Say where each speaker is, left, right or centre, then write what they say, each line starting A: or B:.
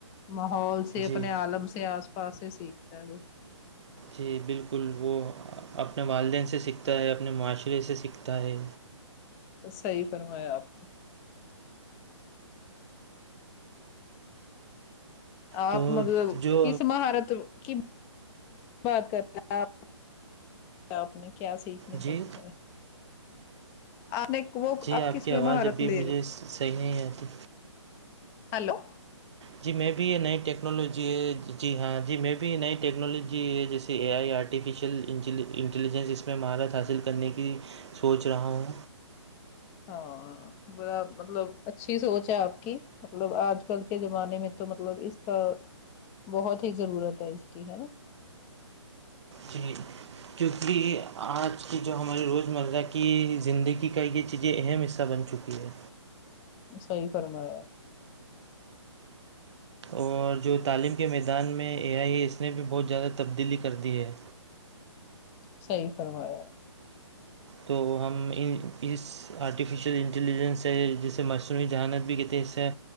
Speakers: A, on the left; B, on the right.
A: ماحول سے اپنے
B: جی
A: عالم سے آسا پاس سے سیکھتا ہے وہ
B: جی بالکل وہ اپنے والدین سے سیکھتا ہے اپنے معاشرے سے سیکھتا ہے
A: صحیح فرمایا آپ نے
B: تو
A: آپ مطلب
B: جو
A: کس مہارت کی بات کر رہ آپ نے کیا سیکھنے
B: جی
A: کا سوچایا آپ نے وہ
B: جی
A: اب
B: آپ
A: کس
B: کی
A: میں
B: آواز
A: مہارت
B: ابھی
A: لے
B: مجھے
A: رہے
B: صحیح نہیں آتی
A: ہلو
B: جی میں بھی یہ نئی ٹیکنالوجی ہے جی ہاں جی میں بھی نئی ٹیکنالوجی ہے جیسے A I art artificial intelligence اس میں مہارت حاصل کرنے کی سوچ رہا ہوں
A: ہاں بڑا مطلب اچھی سوچ ہے آپ کی مطلب آج کل کے زمانے میں تو مطلب اس کا بہت ہی ضرورت ہے اس کی ہے نا
B: جی کیونکہ آج کی جو ہماری روز مرہ کی زندگی کا یہ چیزیں اہم حصہ بن چکی ہیں چکی ہے
A: صحیح فرمایا
B: اور جو تعلیم کے میدان میں اے آئی ہے اس نے بھی بہت زیادہ تبدیلی کر دی ہے
A: صی فرمایا
B: تو ہم اس آرٹیفیشیل انٹیلیجنس ہے جسے مصروعی جہانت بھی کتےنے حصہ ہے